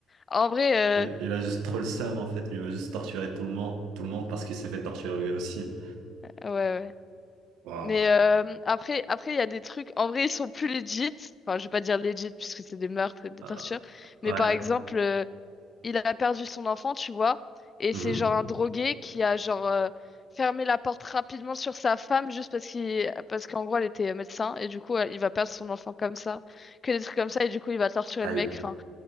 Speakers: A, on the left; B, on the right.
A: en vrai,
B: Il
A: euh,
B: il a juste trop le seum en fait, il veut juste torturer tout le monde, tout le monde parce qu'il s'est fait torturer lui aussi.
A: ouais, ouais.
B: Waouh.
A: Mais euh, après, après, il y a des trucs. En vrai, ils sont plus legit. Enfin, je vais pas dire legit puisque c'est des meurtres et des
B: Euh,
A: tortures. Mais
B: ouais.
A: par exemple, euh, il a perdu son enfant, tu vois. Et
B: Mhm.
A: c'est genre un drogué qui a genre euh, fermé la porte rapidement sur sa femme juste parce qu'il, parce qu'en gros, elle était médecin. Et du coup, euh, il va perdre son enfant comme ça. Que des trucs comme ça. Et du coup, il va torturer
B: Aïe.
A: le mec. Enfin,